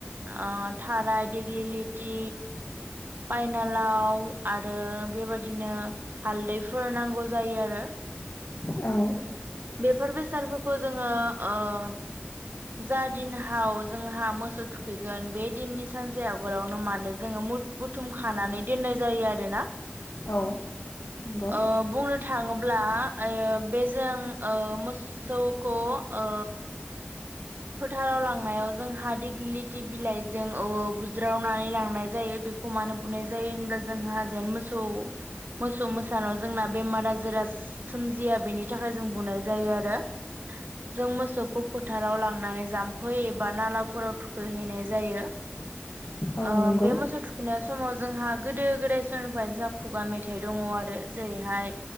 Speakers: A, on the right; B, on the left.
A: ओ थराय डिग्रि लिटि। पायनालाव आरो बेबादिनो हालदैफोर नांगौ जायो आरो।
B: औ।
A: बेफोर बेसादफोरखौ जोङो ओं जा दिनहाव जोंहा मोसौ थुखैगोन बे दिननि सानसे आगोलावनो मानो जोङो बुथुम खानानै दोननाय जायो आरो ना।
B: औ नंगौ
A: ओ बुंनो थाङोब्ला बेजों ओ मोसौखौ ओ फोथाराव लांनायाव जोंहा दिग्लिलिथि बिलाइजों बुज्रावनानै लांनाय जायो। म बुनाय जायो जोंहा जेन मोसौ मोसानायाव जोंना बेमार आजार सोमजिया बेनि थाखाय जों बुंनाय जायो आरो जों मोसौखौ फोथाराव लांङो। लांनानै जाम्फै एबा नालाफोराव थुखैहैनाय जायो।
B: औ
A: ओ
B: नंगौ
A: बे मोसौ थुखैनाय समाव जोंहा गोदो गोदाय समनिफ्राय जोंहा खुगा मेथाइख दंङ आरो जेरैहाय